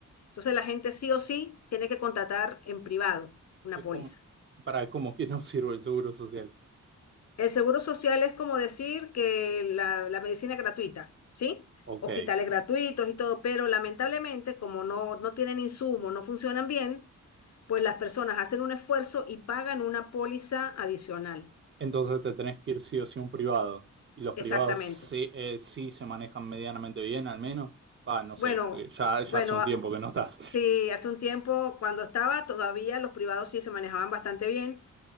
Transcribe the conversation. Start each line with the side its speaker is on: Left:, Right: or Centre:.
Left: Entonces la gente sí o sí tiene que contratar en privado una
Right: eh,
Left: póliza.
Right: cómo, para cómo que no sirve el seguro social.
Left: El seguro social es como decir que la, la medicina es gratuita, ¿sí?
Right: Ok.
Left: Hospitales gratuitos y todo, pero lamentablemente como no, no tienen insumos, no funcionan bien, pues las personas hacen un esfuerzo y pagan una póliza adicional.
Right: Entonces te tenés que ir sí o sí a un privado. Y los
Left: Exactamente.
Right: privados sí, eh, sí se manejan medianamente bien, al menos. Va, no
Left: Bueno,
Right: sé, porque ya,
Left: bueno,
Right: ya hace un
Left: a-
Right: tiempo que no
Left: sí,
Right: estás.
Left: hace un tiempo cuando estaba todavía los privados sí se manejaban bastante bien.